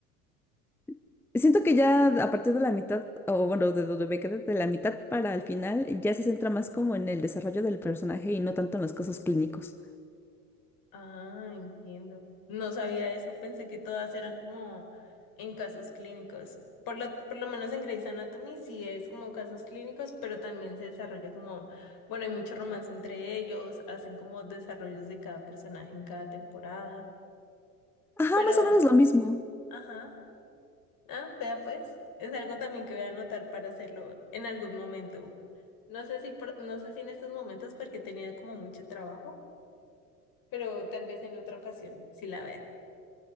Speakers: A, in the centre; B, on the left.
A: <laughs> Siento que ya a partir de la mitad, o bueno, de donde me quedé, de la mitad para el final, ya se centra más como en el desarrollo del personaje y no tanto en los casos clínicos.
B: Ah, entiendo. No sabía eso, pensé que todas eran como en casos clínicos. Por lo, por lo menos en Grey's Anatomy sí es como casos clínicos, pero también se desarrolla como, bueno, hay mucho romance entre ellos, hacen como desarrollos de cada personaje en cada temporada.
A: Ajá,
B: Pero,
A: más o menos lo mismo.
B: ajá, ah, vea pues, es algo también que voy a anotar para hacerlo en algún momento. No sé si, por- no sé si en estos momentos porque he tenido como mucho trabajo, pero tal vez en otra ocasión, si la vea.